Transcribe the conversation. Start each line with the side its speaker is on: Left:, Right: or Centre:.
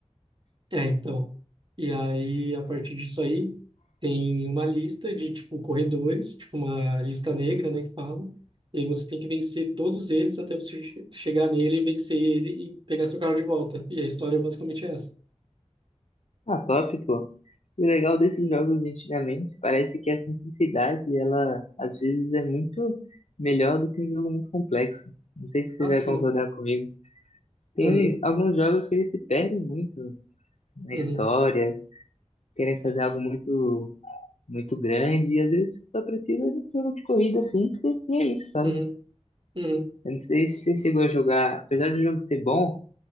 Right: É, então. E aí, a partir disso aí, tem uma lista de, tipo, corredores, tipo uma lista negra, né, que falam. E aí você tem que vencer todos eles até você che- chegar nele, vencer ele e pegar seu carro de volta. E a história é basicamente essa.
Left: Ah, top, pô. E O legal desses
Right: Hum,
Left: jogos de antigamente parece que a simplicidade, ela às vezes é muito melhor do que um jogo muito complexo. Não sei se você
Right: ah,
Left: vai
Right: sim.
Left: concordar comigo. Tem
Right: Uhum,
Left: alguns jogos que eles se perdem muito na
Right: uhum,
Left: história, querem fazer algo muito, muito grande, e às vezes só precisa de um jogo de corrida simples e é isso, sabe?
Right: uhum, uhum.
Left: Eu não sei se você chegou a jogar, apesar do jogo ser bom.